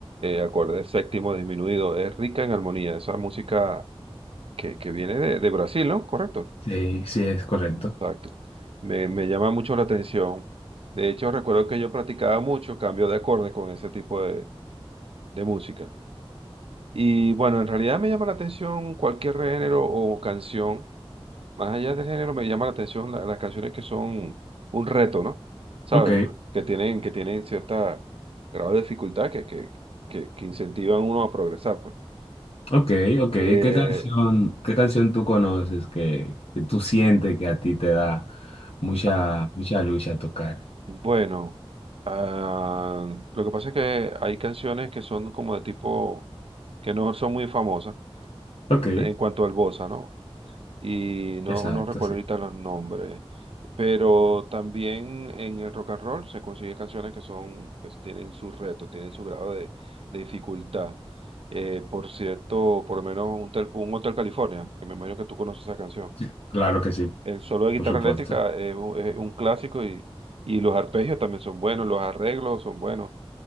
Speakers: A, on the right; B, on the left.
A: acordes séptimo disminuido. Es rica en armonía. Esa música que, que viene de, de Brasil, ¿no? Correcto.
B: Sí, sí, es correcto.
A: Exacto. Me, me llama mucho la atención. De hecho, recuerdo que yo practicaba mucho cambio de acordes con ese tipo de, de música. Y bueno, en realidad me llama la atención cualquier género o canción Más allá del género, me llama la atención la- las canciones que son un reto, ¿no? ¿Sabes?
B: Ok,
A: Que tienen, que tienen cierta grado de dificultad que, que, que, que incentivan a uno a progresar, pues.
B: ok, ok. ¿Qué
A: Eh,
B: canción, qué canción tú conoces que, que tú sientes que a ti te da mucha,
A: ah,
B: mucha lucha tocar?
A: bueno, ah, lo que pasa es que hay canciones que son como de tipo, que no son muy famosas
B: Ok,
A: de- en cuanto al bossa, ¿no? y no,
B: exacto,
A: no recuerdo
B: sí.
A: ahorita los nombres, pero también en el rock and roll se consigue canciones que son, que tienen su reto, tienen su grado de, de dificultad. Eh, por cierto, por lo menos un, tel- un Hotel California, que me imagino que tú conoces esa canción.
B: Sí, Claro que sí,
A: El solo de guitarra
B: por supuesto.
A: eléctrica es un, es un clásico y, y los arpegios también son buenos, los arreglos son buenos